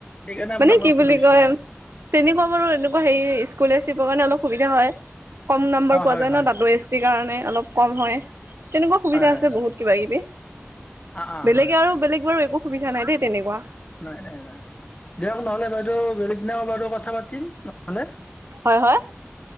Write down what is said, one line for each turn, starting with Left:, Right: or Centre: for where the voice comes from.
Left: সেইকাৰণে আপোনাক
Right: মানে
Left: মই
Right: কি
Left: সুধিছো
Right: বুলি কয়
Left: মই
Right: তেনেকুৱা বাৰু এনেকুৱা হেৰি স্কুলে চিপৰ কাৰণে অলপ সুবিধা হয়। কম নম্বৰ
Left: অ'
Right: পোৱা
Left: হয়
Right: যায়
Left: হয়
Right: ন তাঁতো এছ টিৰ কাৰণে অলপ কম হয় তেনেকুৱা সুবিধা
Left: হয় হয়
Right: আছে
Left: হয়
Right: বহুত কিবা কিবি
Left: অ' অ'
Right: বেলেগে
Left: হয় হয়।
Right: আৰু বেলেগ বাৰু একো সুবিধা নাই দেই। তেনেকুৱা।
Left: নাই নাই নাই দিয়ক নহলে বাইদেউ বেলেগ দিনা বাৰু কথা পাতিম নহলে।
Right: হয় হয়